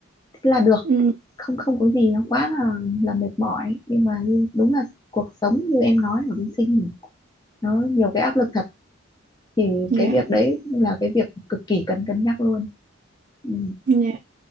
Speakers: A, on the left; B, on the right.
A: là được
B: Ừ.
A: không không có gì nó quá là là mệt mỏi nhưng mà như, đúng là cuộc sống như em nói ở bên sinh thì nó nhiều cái áp lực thật thì
B: Dạ,
A: cái việc đấy là cái việc cực kỳ cần cân nhắc luôn ừ,
B: dạ.